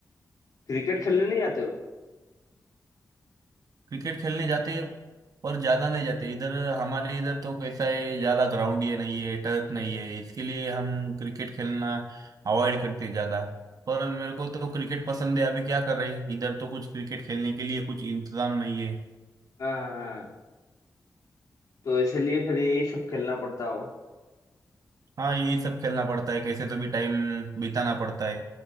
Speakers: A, on the left (about 70°); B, on the right (about 65°).
A: क्रिकेट खेलने नहीं जाते हो
B: क्रिकेट खेलने जाते हैं पर ज्यादा नहीं जाते इधर हमारे इधर तो कैसा है ज्यादा ग्राउंड ये नहीं है टर्फ नहीं है इसके लिए हम क्रिकेट खेलना अवॉइड करते हैं ज्यादा पर मेरे को तो क्रिकेट पसंद है अभी क्या कर रहे हैं इधर तो कुछ क्रिकेट खेलने के लिए कुछ इंतजाम नहीं है
A: हाँ हाँ, हाँ। तो इसलिए फिर यही सब खेलना पड़ता होगा
B: हाँ यही सब खेलना पड़ता है कैसे तो भी टाइम बिताना पड़ता है